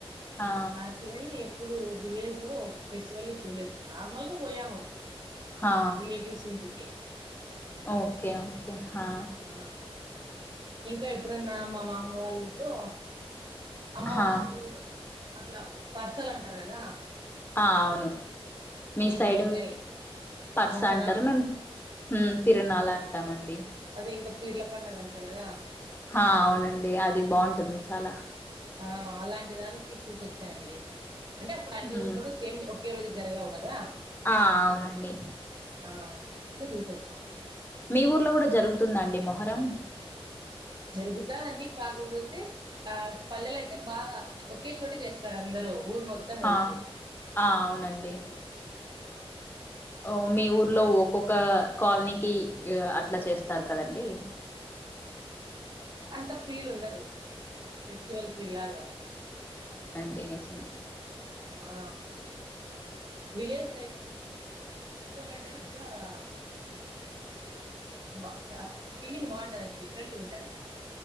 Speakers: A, on the left; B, on the right.
A: హా
B: అట్లే. ఇప్పుడు విలేజ్ లో ఫెస్టివల్ ని చూలేదు నార్మల్ గా పోయాము.
A: హా
B: రెలెటివ్స్ ఇంటికి.
A: Okay okay. హా
B: ఆ ఇంకా ఎప్పుడన్నా మా మామ వాళ్ళ ఊర్లో. అమ్మవార్లు
A: హా
B: అట్లా పర్సల్ అంటారు గాద.
A: ఆ అవును మీ సైడు
B: జరుగుతాయి
A: పర్స
B: మొహరం
A: అంటారు మేము ఉ తిరునాలంటామండి
B: ఇంగ పీర్ల పండగ అంటరు కదా
A: హ అవునండి అది బాగుంటుంది చాలా
B: ఆ అలాంటి దానికి చూసోచ్చానండి అంటే అప్పుడు అన్ని
A: హ్మ్
B: ఊర్లోనూ సేమ్ ఒకే ఒకేరోజే జరగవు గదా
A: ఆ అవునండి
B: ఆ ఇప్పుడే చూసోచ్చాను
A: మీ ఊర్లో కూడా జరుగుతుంద అండీ మొహరం
B: జరుగుతాదండి కాకపోతే ఆ పల్లెలు అయితే బాగా ఒకే చోట చేస్తారు అందరు ఊర్ మొత్తం
A: హా
B: కలిసి
A: ఆ అవునండి ఓ మీ ఊర్లో ఒక్కొక్క కాలనీకి ఇ అట్లా చేస్తారు కదండి <inaudible>
B: అంత ఫీల్ ఉండదు ఫెస్టివల్ ఫీల్ లాగ
A: దే నీచమే
B: ఆ విలేజ్ లై <unintelligible> లంటెనె అబ చ ఫీలింగ్ బాగుంటదది డిఫరెంట్ ఉంటది